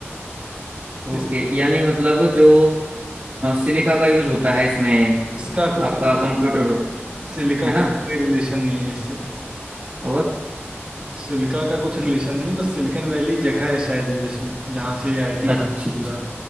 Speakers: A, on the right (about 20°); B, on the right (about 45°).
A: इस,
B: ओके यानी मतलब जो सिलिका का यूज होता है इसमें
A: इसका कुछ
B: आपका
A: मतलब
B: कंप्यूटर
A: हाँ
B: वग-
A: सिलिका
B: है
A: का
B: ना
A: कोई रिलेशन नहीं है इससे
B: और
A: तो सिल्का का कुछ रिलेशन नहीं बस सिलिकन वैली जगह है शायद यूएस में जहाँ से ये आईटी
B: अच्छा
A: हब है
B: अच्छा
A: पूरा